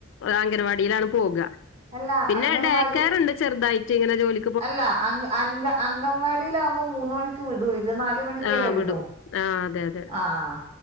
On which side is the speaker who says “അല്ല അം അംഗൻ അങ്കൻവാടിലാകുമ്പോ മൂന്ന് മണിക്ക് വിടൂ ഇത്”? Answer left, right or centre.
Right